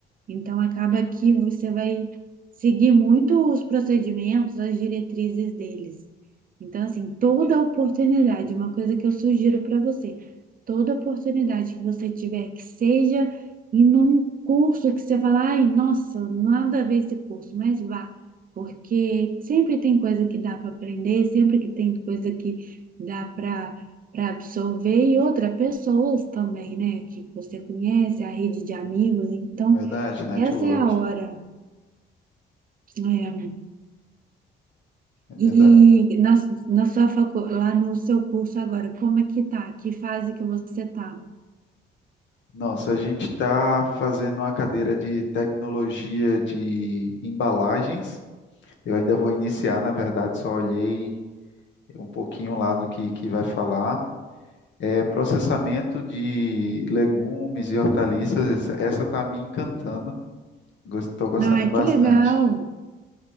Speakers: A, on the right; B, on the left.
A: Então, acaba que você vai seguir muito os procedimentos, as diretrizes deles. Então, assim, toda oportunidade, uma coisa que eu sugiro para você, toda oportunidade que você tiver, que seja em um curso que você fala, ai, nossa, nada a ver esse curso, mas vá, porque sempre tem coisa que dá para aprender, sempre que tem coisa que dá para para absorver e outras pessoas também, né, que você conhece, a rede de amigos, então
B: Verdade, network,
A: essa é a hora. É.
B: é
A: E
B: verdade.
A: na, na sua facu, lá no seu curso agora, como é que tá? Que fase que você tá?
B: Nossa, a gente está fazendo uma cadeira de tecnologia de embalagens. Eu ainda vou iniciar, na verdade, só olhei um pouquinho lá do que, que vai falar. É, processamento de legumes e hortaliças, essa está me encantando, estou gostando
A: Ai,
B: bastante.
A: que legal!